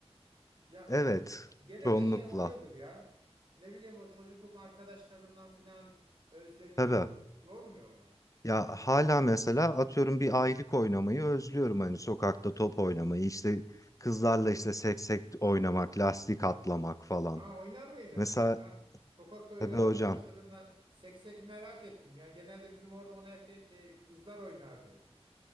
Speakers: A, on the right; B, on the left.
A: Ya
B: Evet,
A: Gene
B: çoğunlukla.
A: de şey oluyordur ya. Ne bileyim o çocukluk arkadaşlarından filan özlediğin
B: Tabii.
A: olmuyor mu?
B: Ya hala mesela atıyorum bir aylık oynamayı özlüyorum hani sokakta top oynamayı işte kızlarla işte seksek oynamak, lastik atlamak falan.
A: Ha oynar mıydın?
B: Mesela
A: Ya sokakta öyle
B: tabii
A: arkadaşlarınla
B: hocam.
A: seksek merak ettim. Yani genelde bizim orada onu erkek şey kızlar oynardı.